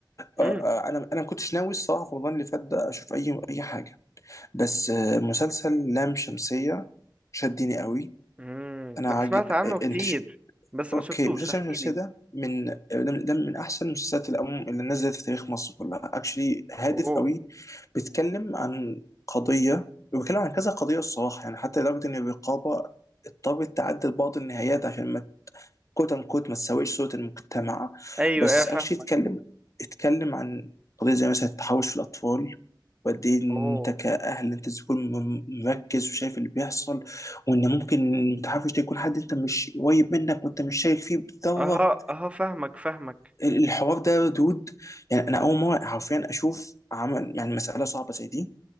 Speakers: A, on the right (about 15°); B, on the left (about 45°).
A: امم
B: آه، آه، انا انا ما كنتش ناوي الصراحه في رمضان اللي فات ده اشوف اي اي حاجه بس آه، مسلسل لام شمسيه شدني قوي
A: امم
B: انا
A: انا
B: عاجب
A: سمعت عنه كتير
B: انت
A: بس ما
B: اوكي
A: شفتوش
B: مسلسل
A: احكي
B: شمس شمسية
A: لي
B: ده من ده من, ده من احسن المسلسلات اللي عموما- اللي نزلت في تاريخ مصر كلها اكشلي هادف
A: اوه
B: قوي بيتكلم عن قضيه وبيتكلم عن كذا قضيه الصراحه يعني حتى لدرجه ان الرقابه اضطرت تعدل بعض النهايات عشان ما كوت ان كوت ما تساويش صوره المجتمع
A: ايوه
B: بس
A: ايه فاهم
B: اكشلي يتكلم يتكلم عن قضيه زي مثلا التحرش في الاطفال وقد ايه انت
A: اوه
B: كاهل انت تكون م- مركز وشايف اللي بيحصل وان ممكن المتحرش ده يكون حد انت مش قريب منك وانت مش شايك فيه بالذره
A: اها اها فاهمك فاهمك
B: ال- الحوار ده دود يعني انا اول مره حرفيا اشوف عمل يعني مساله صعبه زي دي